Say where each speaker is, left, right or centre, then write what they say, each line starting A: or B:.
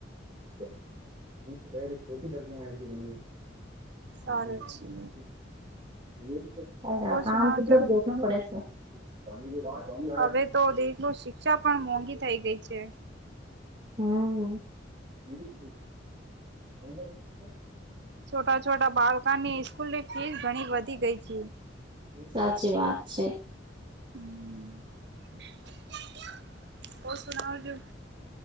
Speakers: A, on the right; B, on the right.
A: <inaudible> કોચિંગ કરી <inaudible>
B: સારું છે
A: <unintelligible> ન પડે
B: ઓ સુનાવજો
A: છે <unintelligible>
B: હવે તો દેખો શિક્ષા પણ મોંઘી થઈ ગઈ છે
A: હા <inaudible>
B: છોટા છોટા બાળકની સ્કૂલની ફીસ ઘણી વધી ગઈ છે.
A: સાચી વાત છે.
B: હમ, <inaudible> કો સુનાજું